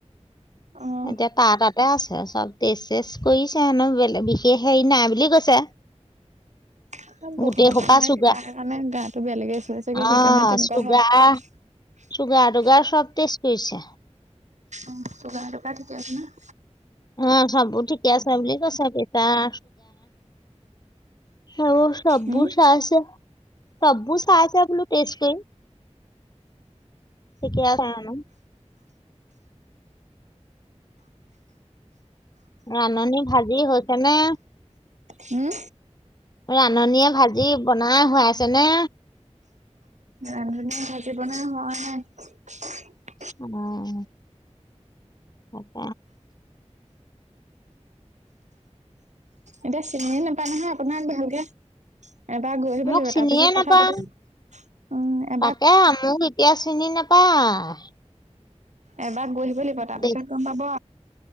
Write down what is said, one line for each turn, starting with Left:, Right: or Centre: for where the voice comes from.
Right: অ',
Left: এতিয়া তাৰ তাতে আছে আছে। চব টেষ্ট চেজ কৰিছে হেনো বেলেগ বিশেষ হেৰি নাই বুলি কৈছে।
Right: এ
Left: গোটেই
Right: বৰষুণে
Left: সোপা
Right: চৰষুণে
Left: চুগাৰ
Right: তিতা সেই কাৰণে গাটো বেয়া লাগি আছে চাগে
Left: অ
Right: সেইকাৰণে তেনেকুৱা
Left: চুগাৰ
Right: হয়।
Left: চুগাৰ টুগাৰ চব টেষ্ট কৰিছে
Right: অ চুগাৰ টোগাৰ ঠিকে আছে না।
Left: অ চববোৰ ঠিকে আছে বুলি কৈছে প্ৰেছাৰ আৰু সববো
Right: উম,
Left: চাই আছে সৱবো চাই আছে বোলো তেষ্ট কৰি। কেতিয়া টাইমত। ৰান্ধনী ভাজি হৈছে নে।
Right: হম।
Left: ৰান্ধনীয়ে ভাজি বনাই খুৱাইছেনে।
Right: ৰান্ধনী ভাজিবনাই হোৱাই নাই নে।
Left: উম হব।
Right: এতিয়া চিনি নাপায় নহয় আপোনাক ভালকে এবাৰ গৈ আহিব
Left: মোক
Right: লাগিব
Left: চিনিয়ে
Right: তাৰ পিছত কথা
Left: নাপায়
Right: পাতিছো উম এবাৰ
Left: তাকে মোক এতিয়া চিনি নাপায়
Right: এবাৰ বহিব লাগিব তাৰ
Left: দেই
Right: পিছত গম পাব